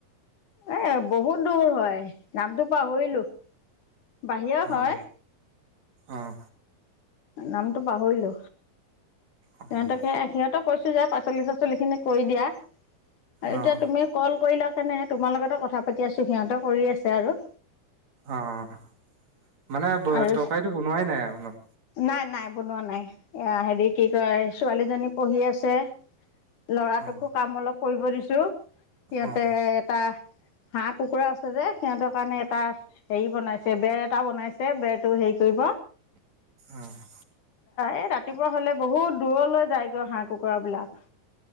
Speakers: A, on the left (about 60°); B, on the right (about 50°).
A: এ বহুত দূৰ হয় নামটো পাহৰিলো। বাহিৰৰ
B: অ',
A: হয়।
B: অ'।
A: নামটো পাহৰিলো।
B: অ',
A: সিহঁতক সে সিহঁতক কৈছো যে পাচলি-চাচলি খিনি কৰি দিয়া, এতিয়া
B: অ',
A: তুমি কল কৰিলা কাৰনে তোমাৰ লগতে কথা পাতি আছোঁ, সিহঁতে কৰি আছে আৰু।
B: অ' মানে ব
A: আৰু
B: তৰকাৰীটো বনোৱাই নাই আৰু ন?
A: নাই নাই বনোৱা নাই এয়া হেৰি কি কয় ছোৱালীজনী পঢ়ি আছে। ল'ৰাটোকো
B: অ',
A: কাম অলপ কৰিব দিছোঁ, সিহঁতে
B: অ',
A: এটা হাঁহ কুকুৰা আছে যে সিহঁতৰ কাৰণে এটা হেৰি বনাইছে বেৰ এটা বনাইছে বেৰটো হেৰি কৰিব।
B: অ',
A: এই ৰাতি পুৱা হলে বহুত দূৰলৈ যায়গৈ হাঁহ- কুকুৰা বিলাক।